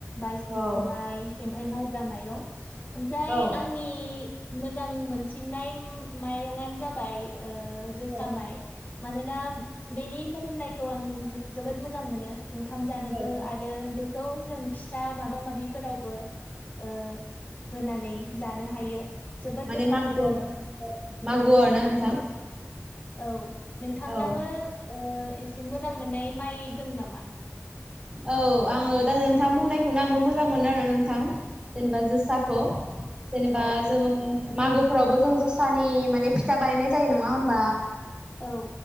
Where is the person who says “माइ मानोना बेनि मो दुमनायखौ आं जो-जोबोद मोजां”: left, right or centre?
Left